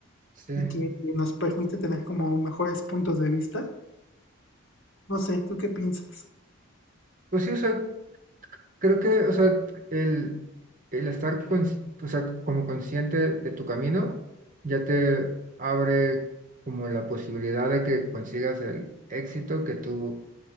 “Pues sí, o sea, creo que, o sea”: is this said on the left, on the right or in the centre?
Right